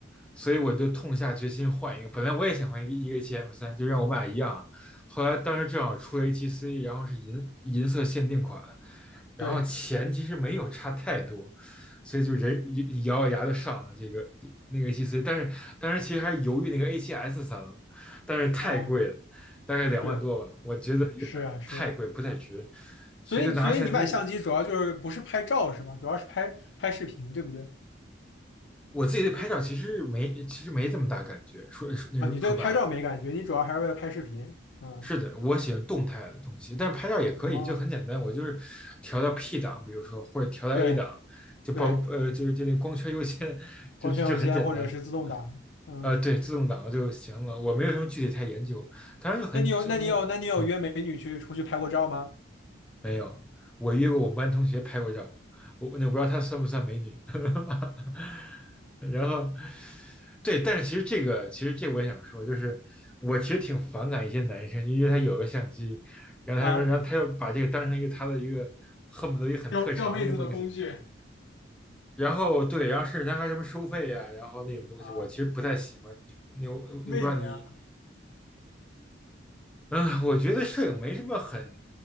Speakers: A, in the centre; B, on the left (about 70°).
A: 所以我就痛下决心换一个。本来我也想换一个一个 HM 三，就让我们俩一样。后来当时正好出了 h c 然后是银银色限定款，然后钱其实没有差太多，
B: 对，
A: 所以就人咬咬牙就上了这个那个 a 7 c 但是当时其实还犹豫那个 A7S 三了，但是太贵了，
B: 哦，
A: 大概两万多吧，
B: 是
A: 我觉得有点太贵，
B: 是啊是啊，
A: 不太值，所以就拿相机
B: 所以所以你买相机主要就是不是拍照是吧？主要是拍拍视频，对不对？
A: 我自己对拍照其实没其实没这么大感觉，说说那说白了，
B: 啊，你对拍照没感觉，你主要还是为了拍视频啊。
A: 是的，我喜欢动态的东西，但是拍照也可以，
B: 哦。
A: 就很简单，我就是调到 P 档，比如说或者调到
B: 对
A: A 档，就报呃就是就那光圈优先，
B: 对，光圈优先或者是自动挡。
A: 就就就很简单，
B: 嗯，
A: 呃对，自动挡就行了，我没有什么具体太研究，当然就很就那个嗯。
B: 那你有那你有那你有约美女去出去拍过照吗？
A: 没有，我约过我们班同学拍过照，我那我不知道她算不算美女。<laughs> 然后，对，但是其实这个，其实这我也想说，就是我其实挺反感一些男生，因为他有个相机，然后他说，
B: 啊，
A: 然后他又把这个当成一个他的一个恨不得一个很特长那个东西，
B: 钓钓妹子的工具
A: 然后对，然后甚至他还什么收费呀、然后那种东西，
B: 啊？
A: 我其实不太喜欢。你我我不知道你，
B: 为什么呀？
A: 嗯、我觉得摄影没什么很，